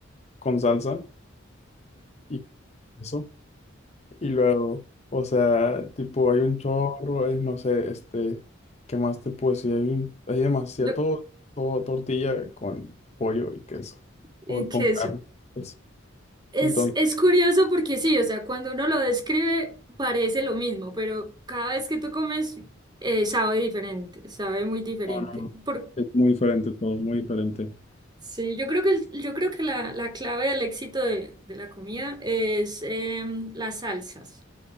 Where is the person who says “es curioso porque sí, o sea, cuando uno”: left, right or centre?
Right